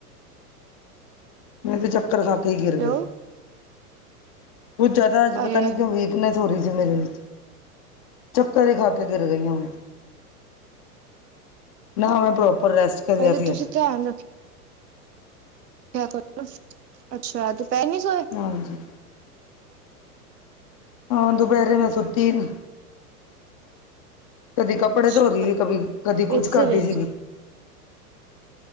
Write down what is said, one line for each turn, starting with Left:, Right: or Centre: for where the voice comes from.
Left: ਮੈਂ ਤੇ ਚੱਕਰ ਖਾਕੇ ਹੀ ਗਿਰ
Right: ਹੈਲੋ
Left: ਗਈ ਕੁੱਛ ਜਾਦਾ ਅੱਜ
Right: ਅਰੇ
Left: ਪਤਾ ਨੀ ਕਿਉਂ ਵੀ ਰ <unintelligible> ਹੀ ਸੀ ਮੇਨੂ ਚੱਕਰ ਹੀ ਖਾ ਕੇ ਗਿਰ ਗਈ ਹ ਮੈਂ। ਨਾ ਮੈਂ ਪ੍ਰੋਪਰ ਰੈਸਟ ਕਰਿਆ
Right: ਅਰੇ
Left: ਸੀਗਾ।
Right: ਤੁਸੀਂ ਧਿਆਨ ਰੱਖ। ਕਿਆ ਕਰ ਅੱਛਾ ਦੁਪਹਿਰ ਨ ਸੋਏ।
Left: ਹਾਂਜੀ। ਹਾਂ ਦੁਪੈਰੇ ਮੈਂ ਸੁੱਤੀ ਨਹੀਂ। ਕਦੀ ਕੱਪੜੇ
Right: ਅੱਛਾ
Left: ਧੋ ਰਹੀ ਏ ਕਦੀ, ਕਦੀ ਕੁੱਝ
Right: ਇਸੇ
Left: ਕਰਦੀ
Right: ਲਈ
Left: ਸੀਗੀ।